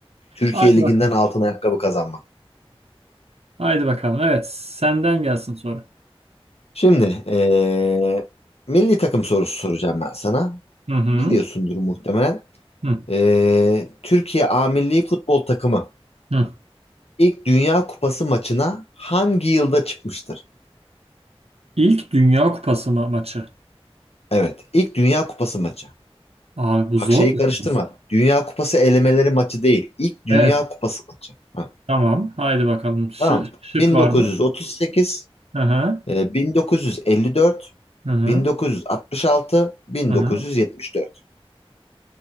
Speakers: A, on the left; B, on the right.
A: Türkiye
B: Haydi bakalım.
A: Ligi'nden altın ayakkabı kazanmak.
B: Haydi bakalım. Evet. Senden gelsin soru.
A: Şimdi e, milli takım sorusu soracağım ben sana.
B: Hı hı.
A: Biliyorsundur muhtemelen.
B: Hı
A: E, Türkiye A Milli Futbol Takımı
B: hı.
A: ilk Dünya Kupası maçına hangi yılda çıkmıştır?
B: İlk Dünya Kupası ma- maçı
A: Evet, ilk Dünya Kupası maçı.
B: Abi bu
A: Bak
B: zor.
A: şeyi
B: bir
A: karıştırma.
B: soru.
A: Dünya Kupası elemeleri maçı değil. İlk Dünya
B: Evet.
A: Kupası maçı. Heh.
B: Tamam. Haydi bakalım. Şı-
A: Tamam.
B: şık
A: 1938,
B: var mı? Hı hı.
A: e, 1954,
B: Hı hı.
A: 1966, 1974.
B: Hı hı.